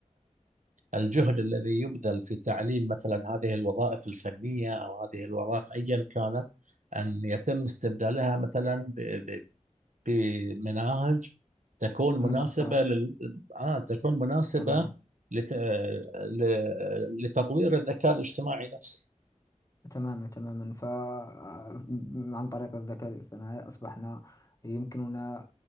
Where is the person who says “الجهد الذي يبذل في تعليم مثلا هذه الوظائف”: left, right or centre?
Right